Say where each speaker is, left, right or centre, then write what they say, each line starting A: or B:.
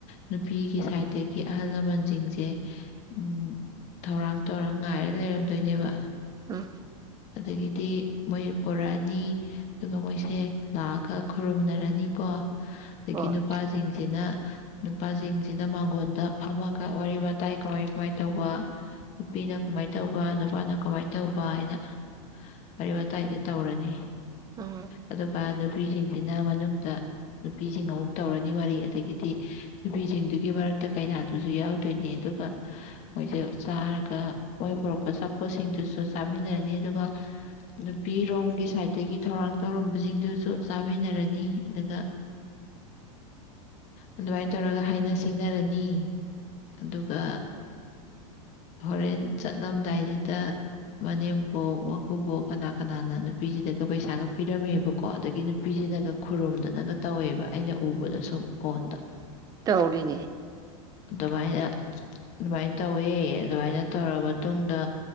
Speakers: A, on the left (about 40°); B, on the right (about 20°).
A: ꯅꯨꯄꯤꯒꯤ ꯁꯥꯏꯠꯇꯒꯤ ꯑꯍꯜ ꯂꯃꯟꯁꯤꯡꯁꯦ ꯎꯝ ꯊꯧꯔꯥꯡ ꯇꯧꯔꯥ ꯉꯥꯏꯔ ꯂꯩꯔꯝꯗꯣꯏꯅꯦꯕ
B: ꯎꯝ
A: ꯑꯗꯒꯤꯗꯤ ꯃꯣꯏ ꯄꯣꯔꯛ ꯑꯅꯤ ꯑꯗꯨꯒ ꯃꯣꯏꯁꯦ ꯂꯥꯛꯑꯒ ꯈꯨꯔꯨꯝꯅꯔꯅꯤꯀꯣ ꯑꯗꯒꯤ
B: ꯍꯣꯏ
A: ꯅꯨꯄꯥꯖꯤꯡꯁꯤꯅ ꯅꯨꯄꯥꯖꯤꯡꯁꯤꯅ ꯃꯥꯡꯒꯣꯟꯗ ꯐꯝꯃꯒ ꯋꯥꯔꯤ ꯋꯥꯇꯥꯏ ꯀꯃꯥꯏ ꯀꯃꯥꯏꯅ ꯇꯧꯕꯥ ꯅꯨꯄꯤꯅ ꯀꯃꯥꯏꯅ ꯇꯧꯕ ꯅꯨꯄꯥꯅ ꯀꯃꯥꯏ ꯇꯧꯕ ꯍꯥꯏꯅ ꯋꯥꯔꯤ ꯋꯥꯇꯥꯏꯒ ꯇꯧꯔꯅꯤ꯫
B: ꯎꯝ꯫
A: ꯑꯗꯨꯒ ꯅꯨꯄꯤꯁꯤꯡꯁꯤꯅ ꯃꯅꯨꯡꯗ ꯅꯨꯄꯤꯁꯤꯡ ꯑꯃꯨꯛ ꯇꯧꯔꯅꯤ ꯋꯥꯔꯤ ꯑꯗꯒꯤꯗꯤ ꯅꯨꯄꯤꯁꯤꯡꯗꯨꯒꯤ ꯃꯔꯛꯇ ꯀꯩꯅꯥꯗꯨꯁꯨ ꯌꯥꯎꯗꯣꯏꯅꯦ ꯑꯗꯨꯒ ꯃꯣꯏꯖꯦ ꯆꯥꯔꯒ ꯃꯣꯏ ꯄꯨꯣꯔꯛꯄ ꯑꯆꯥꯄꯣꯠꯁꯤꯡꯗꯨꯁꯨ ꯆꯥꯃꯤꯟꯅꯔꯅꯤ ꯑꯗꯨꯒ ꯅꯨꯄꯤꯔꯣꯝꯒꯤ ꯁꯥꯏꯠꯇꯒꯤ ꯊꯧꯔꯥꯡ ꯇꯧꯔꯝꯕꯁꯤꯡꯗꯨꯁꯨ ꯆꯥꯃꯤꯟꯅꯔꯅꯤ ꯑꯗꯨꯒ ꯑꯗꯨꯃꯥꯏꯅ ꯇꯧꯔꯒ ꯍꯥꯏꯅ ꯁꯤꯡꯅꯔꯅꯤ ꯑꯗꯨꯒ
B: <inaudible>
A: ꯍꯣꯔꯦꯟ ꯆꯠꯂꯝꯗꯥꯏꯁꯤꯗ ꯃꯅꯦꯝꯕꯣꯛ ꯃꯀꯨꯕꯣꯛ ꯀꯅꯥ ꯀꯅꯥꯅ ꯅꯨꯄꯤꯁꯤꯗꯒ ꯄꯩꯁꯥꯒ ꯄꯤꯔꯝꯃꯦꯕꯀꯣ ꯑꯗꯒꯤ ꯅꯨꯄꯤꯁꯤꯅꯒ ꯈꯨꯔꯨꯝꯗꯅꯒ ꯇꯧꯋꯦꯕ ꯑꯩꯅ ꯎꯕꯗ ꯁꯨꯝ ꯐꯣꯟꯗ꯫
B: ꯇꯧꯔꯤꯅꯦ꯫
A: ꯑꯗꯨꯃꯥꯏꯅ ꯑꯗꯨꯃꯥꯏꯅ ꯇꯧꯋꯦ ꯑꯗꯨꯃꯥꯏꯅ ꯇꯧꯔꯥ ꯃꯇꯨꯡꯗ